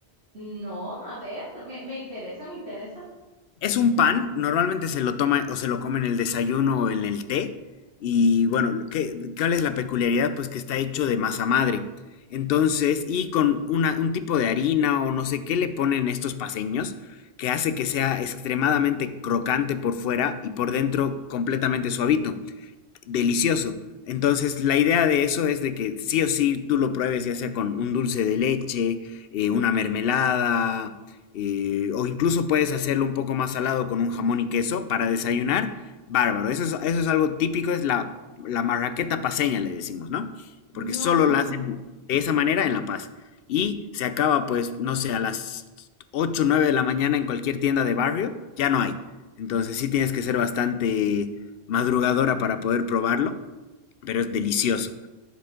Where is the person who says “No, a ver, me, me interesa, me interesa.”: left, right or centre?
Right